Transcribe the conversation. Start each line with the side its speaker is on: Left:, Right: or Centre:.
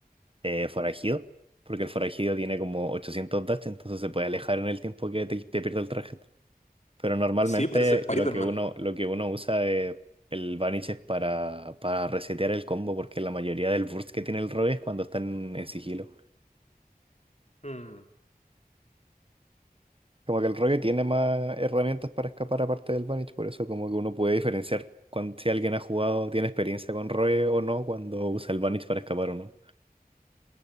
Right: eh, forajido, porque el forajido tiene como 800 dash, entonces se puede alejar en el tiempo que te, te pierde el traje. Pero normalmente
Left: Sí, parece Spider-Man.
Right: lo que uno, lo que uno usa es el Vanish es para, para resetear el combo, porque la mayoría del burst que tiene el Rogue es cuando están en sigilo.
Left: Mm,
Right: Como que el Rogue tiene más herramientas para escapar aparte del Vanish, por eso como que uno puede diferenciar cuan- si alguien ha jugado, tiene experiencia con Rogue o no, cuando usa el Vanish para escapar o no.